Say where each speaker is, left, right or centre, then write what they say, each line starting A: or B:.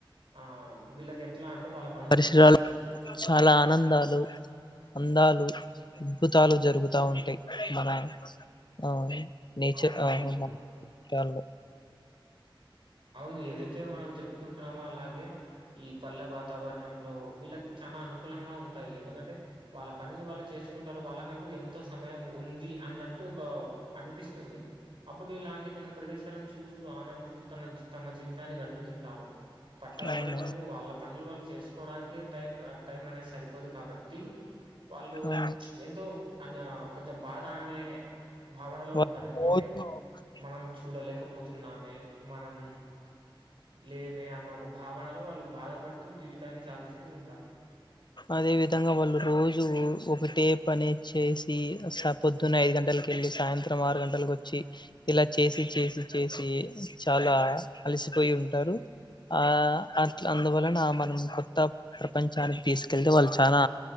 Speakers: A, on the right; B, on the left.
A: ఆ వీళ్ళకి ఎట్లా అంటే వాళ్ళ పనులు
B: పరిసరాలు
A: చేస్
B: చాలా ఆనందాలు అందాలు అద్భుతాలు జరుగుతా ఉంటాయి మన ఆ నేచ
A: అవునవును
B: ఆయ కాు
A: అవును ఏదైతే మనం చెప్పుకుంటున్నామో అలాగే ఈ పల్లె వాతావరణంలో వీళ్ళ చాలా అనుకూలంగా ఉంటాయి ఎందుకంటే వాళ్ళ పనిని వాళ్ళు చేసు కుంటారు వాళ్ళకంటూ ఎంతో సమయం ఉంది అన్నట్టు ఒక అనిపిస్తుంది అప్పుడు ఇలాంటి కొన్ని ప్రదేశాలను చూస్తూ ఆనందిస్తూ తన తమ జీవితాన్ని గడుపుతుంటారు పట్టణ
B: అవునవును.
A: ప్రజలకు వాళ్ళ పనులు వాళ్ళు చేసుకోవడానికే టైం టైం అనేది సరిపోదు కాబట్టి ట్టి వాళ్ళు
B: ఆ!
A: ఎంతోో అన్న కొంచెం బాధ అనే భావనలో
B: వాళ్ళు
A: ఉంటారు ఎందుకంటే
B: రోజు
A: మనం చూడలేకపోతున్నామే మనం లేమే అన్న ఒక భావనలో వాళ్ళు బాధపడుతూ జీవితాన్ని సాగిస్త వస్తూ ఉంటారు
B: అదే విధంగా వాళ్ళు రోజు ఒకటే పనేచ్చేసి పొద్దున్న ఐదు గంటల వెళ్ళి సాయంత్రం ఆరు గంటలకి వచ్చి ఇలా చేసి చేసి చేసి చాలా కలిసిపోయి ఉంటారు ఆ అ అందువలన మనం కొత్త ప్రపంచానికి తీసుకు కెళ్తే వాళ్ళు చాలా